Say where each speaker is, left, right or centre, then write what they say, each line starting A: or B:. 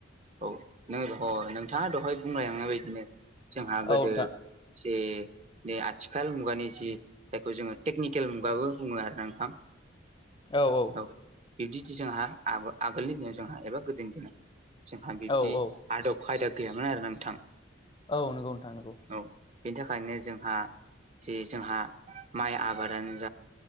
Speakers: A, on the right; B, on the left.
A: औ नों नोंथाङा दहाय बुंलायलांनाय बायदिनो जोंहा
B: औ
A: गोदो
B: नोंथां
A: जि बे आथिखाल मुगानि जि जायखौ जोङो टेकनिकेल मुगाबो बुङो आरो नोंथां
B: औ औ
A: बिदिडि जोंहा आगोलनि दिनाव जोंहा एबा गोदोनि दिनाव जोंहा बिबदि
B: औ औ
A: आदब खायदा गैयामोन आरो नोंथां।
B: औ नंगौ नोंथां नोंगौ।
A: औ बेनि थाखायनो जोंहा जि जोंहा माइ आबादानो